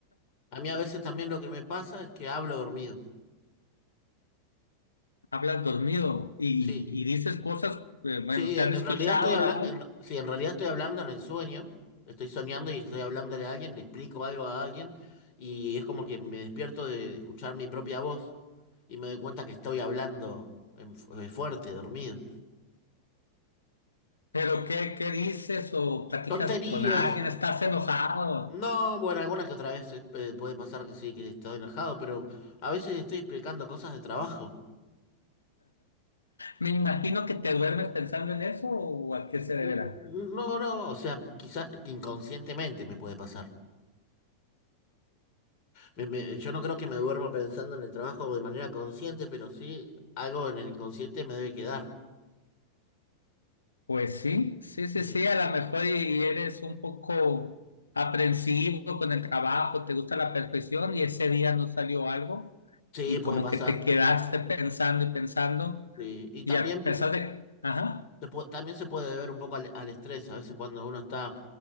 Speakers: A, on the left; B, on the left.
A: A mí a veces también lo que me pasa es que hablo dormido.
B: hablas dormido y,
A: Sí,
B: y dices cosas, eh, bueno,
A: sí,
B: te
A: en
B: han escuchado
A: realidad estoy habla
B: grabado,
A: en- sí, en realidad estoy hablando en el sueño. Estoy soñando y estoy hablándole a alguien, le explico algo a alguien y es como que me despierto de escuchar mi propia voz. y me doy cuenta que estoy hablando en- eh, fuerte, dormido.
B: pero ¿qué, qué dices o platicas
A: Tonterías.
B: con alguien? ¿Estás enojado?
A: No, bueno, alguna que otra vez eh, pe- puede pasar que sí, que estoy enojado, pero a veces estoy explicando cosas de trabajo.
B: Me imagino que te duermes pensando en eso o a qué se deberá.
A: N- n- No, no, o sea, quizás inconscientemente me puede pasar. Me- me- yo no creo que me duerma pensando en el trabajo de manera consciente, pero sí algo en el inconsciente me debe quedar.
B: Pues sí, sí, sí,
A: Sí,
B: sí, a lo mejor y, y eres un poco aprensivo con el trabajo, te gusta la perfección y ese día no salió algo
A: sí,
B: y
A: puede
B: como
A: pasar.
B: que te quedaste pensando y pensando
A: Sí. Y
B: y
A: también
B: a pesar de... Ajá.
A: Se pu- también se puede deber un poco al, al estrés. A veces cuando uno está